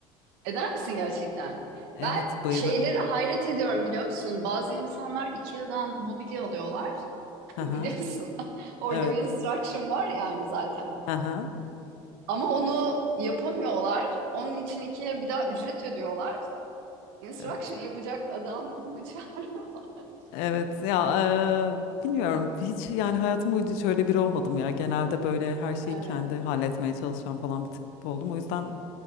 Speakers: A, on the right (about 85°); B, on the left (about 80°).
A: Eder misin gerçekten?
B: Evet
A: Ben
B: bayılırım.
A: şeylere hayret ediyorum biliyor musun? Bazı insanlar IKEA'dan mobilya alıyorlar <laughs>
B: Aha,
A: biliyorsun. Orada
B: evet.
A: bir instruction var yani zaten.
B: Aha,
A: Ama onu yapamıyorlar. Onun için IKEA bir daha ücret ödüyorlar. Instruction
B: evet.
A: yapacak adam mı çağırıyorlar? <laughs>
B: Evet ya e, bilmiyorum hiç yani hayatım boyunca hiç öyle biri olmadım ya. Genelde böyle her şeyi
A: Ee,
B: kendi halletmeye çalışan falan bir tip oldum. O yüzden